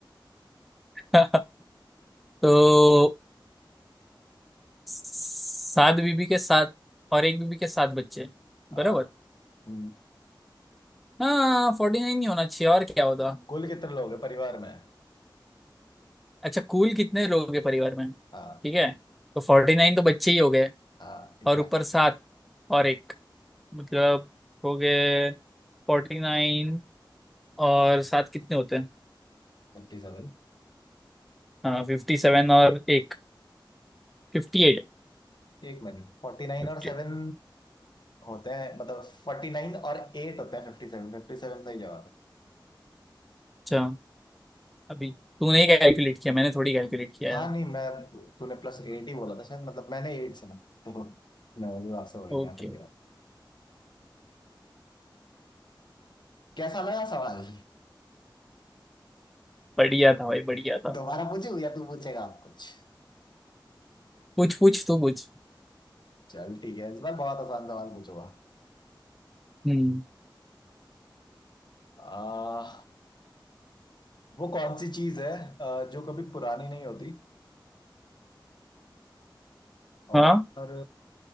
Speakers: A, in the centre; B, on the left.
A: <laughs> तो सात बीबी के साथ और एक बीबी के सात बच्चे
B: हाँ
A: बराबर
B: हम्म,
A: हाँ फोर्टी नाइन नहीं होना चाहिए और क्या होता
B: कुल कितने लोग हैं परिवार में
A: अच्छा कुल कितने लोग हैं परिवार में ठीक
B: हाँ
A: है तो फोर्टी नाइन तो बच्चे ही हो गए
B: हाँ एग्जैक्टली
A: और ऊपर सात और एक मतलब हो गए फोर्टी नाइन और सात कितने होते हैं
B: फिफ्टी सेवन
A: हाँ फिफ्टी सेवन और एक फिफ्टी एट
B: एक मिनट फोर्टी नाइन
A: फिफ्टी
B: और सेवन होते हैं मतलब फोर्टी नाइन और एट होते हैं फिफ्टी सेवन फिफ्टी सेवन सही जवाब है
A: अच्छा अभी तूने ही कैलकुलेट किया मैंने थोड़ी कैलकुलेट किया
B: हाँ
A: यार
B: नहीं मैं तूने प्लस एट ही बोला था शायद मतलब मैंने एट सुना तो मैं वही आपसे बोलेंगे
A: ओके
B: हाँ सही जवाब कैसा लगा सवाल
A: बढ़िया था भाई बढ़िया था
B: दोबारा पूछू या तू पूछेगा आप कुछ
A: पूछ पूछ तू पूछ
B: चल ठीक है इस बार बहुत आसान सवाल पूछूंगा
A: हम्म
B: आ, वो कौन सी चीज है आ, जो कभी पुरानी नहीं होती और
A: हाँ